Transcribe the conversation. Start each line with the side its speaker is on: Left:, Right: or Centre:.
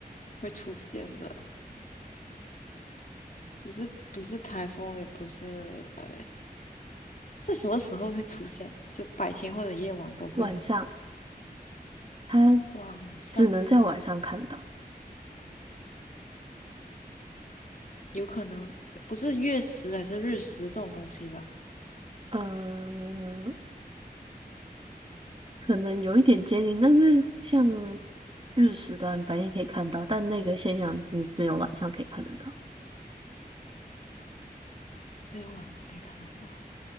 Left: 会出现的？不是不是台风，也不是呃，在什么时候会出现？就白天或者夜晚都会吗？
Right: 晚上，它
Left: 晚上
Right: 只能在晚上看到。
Left: 有可能，不是月食还是日食这种东西吧？
Right: 嗯，可能有一点接近，但是像日食的啊你白天可以看到，但那个现象你只有晚上可以看得到。
Left: 只有晚上可以看得到